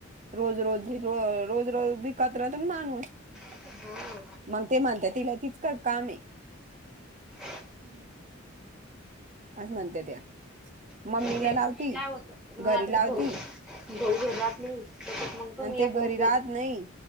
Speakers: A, on the right; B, in the centre.
A: रोज रोज <unintelligible> रोज रोज कतऱ्यातुन मांग
B: हा
A: ते म्हणतात तिला किचकट काम आहे.
B: हम्म.
A: असं म्हणत्यात त्या.
B: ते
A: मम्मीला
B: म्हणजे
A: लावती
B: काय होतं, मग
A: घरी
B: आता
A: लावती
B: ते भाऊ भाऊ घरात नाही त्याच्यात मग तुम्ही
A: अन् ते
B: एकल्याच
A: घरी राहत नाही.